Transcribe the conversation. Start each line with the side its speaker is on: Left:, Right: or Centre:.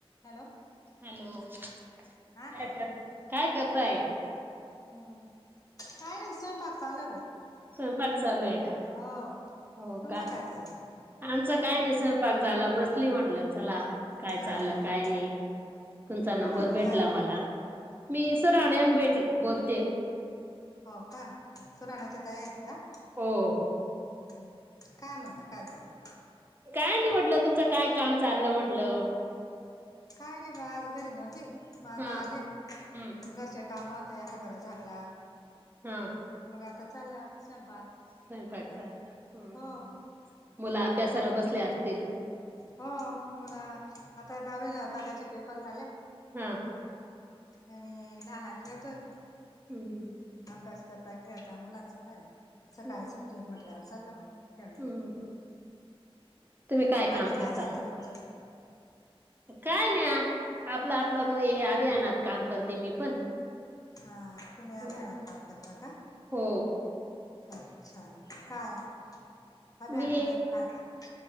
Left: Hello,
Right: hello, काय
Left: हा ताई
Right: कर काय करताय?
Left: हम्म, काय नाही स्वयंपाक चालु आहे बाई.
Right: स्वयंपाक चालू आहे का.
Left: हो
Right: हो
Left: तुमचं
Right: का
Left: काय चाललंय
Right: आमचं काय नाही स्वयंपाक झाला बसली म्हटलं चला, काय
Left: हा
Right: चाललं
Left: हा
Right: काय नाही तुमचा नंबर
Left: कुठून बोलताय
Right: भेटला
Left: तुम्ही
Right: मला. मी सर राणयन भेट बोलते हो,
Left: हो का सुनानाच्या तयारित का,
Right: हो हो
Left: हम् काय म्हणता काय चाललं.
Right: काय नाही म्हटलं तुमचं काय काम चाललं म्हंटलं.
Left: काय नाही म आज घरी नव्हती म आता
Right: हा
Left: आले
Right: हं
Left: घरचे काम, ते हरभरा झाकला.
Right: हम्म
Left: मग आता चालला स्वयंपाक.
Right: स्वयंपाक चालु हम्म
Left: हो
Right: मुलं अभ्यासाला बसल्या असतील.
Left: हो मता दहावीला होता आता त्याचे पेपर झाले.
Right: हम्म
Left: आणि लहान खेळतोय.
Right: हम्म
Left: अभ्यास करता खेळता मुलांचं काय सकाळी
Right: हं
Left: सुट्टी म्हटल्यावर चाललं खेळणं.
Right: हं. तुम्ही
Left: बाकी
Right: काम करता?
Left: काय चाललं तुमचं.
Right: काय नाही आपलं आपलं मग अभियानात काम करते मी पण,
Left: हा तुम्ही
Right: हं.
Left: अभीयानात काम करता का?
Right: हो
Left: अच्छा! काय अभियान
Right: मी
Left: मध्ये काय काय